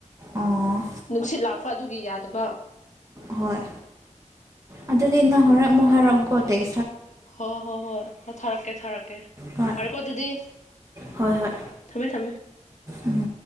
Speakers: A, on the right (about 25°); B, on the left (about 65°).
A: ꯑꯣ
B: ꯅꯨꯡꯁꯤꯠ ꯂꯥꯛꯄ ꯑꯗꯨꯒꯤ ꯌꯥꯗꯕ
A: ꯍꯣꯏ ꯑꯗꯨꯗꯤ ꯏꯅ ꯍꯔ ꯃꯣꯍꯔꯒꯣ ꯇꯦꯛ
B: ꯍꯣꯏ ꯍꯣꯏ ꯍꯣꯏ ꯊꯥꯔꯛꯀꯦ ꯊꯥꯔꯛꯀꯦ
A: ꯍꯣꯏ
B: ꯐꯔꯦꯀꯣ ꯑꯗꯨꯗꯤ
A: ꯍꯣꯏ ꯍꯣꯏ
B: ꯊꯝꯃꯦ ꯊꯝꯃꯦ
A: ꯎꯝ